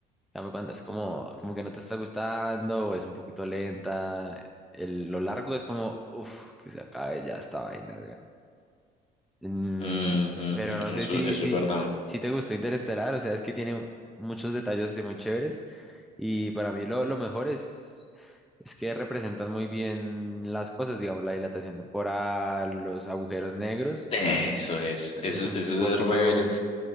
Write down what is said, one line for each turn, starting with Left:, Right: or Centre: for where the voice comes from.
Centre: En cambio, cuando es como, como que no te está gustando, o es un poquito lenta, el- lo largo es como, uff, que se acabe ya esta vaina. Mm,
Left: mm, mm,
Centre: pero
Left: mm,
Centre: no sé
Left: eso,
Centre: si,
Left: eso
Centre: si,
Left: es verdad.
Centre: si te gustó Interestelar, o sea, es que tiene muchos detalles así muy chéveres y para mí lo, lo mejor es, es que representan muy bien las cosas, digamos, la dilatación temporal, los agujeros negros,
Left: Eso es,
Centre: es
Left: eso,
Centre: un
Left: eso
Centre: poquito,
Left: es re bello.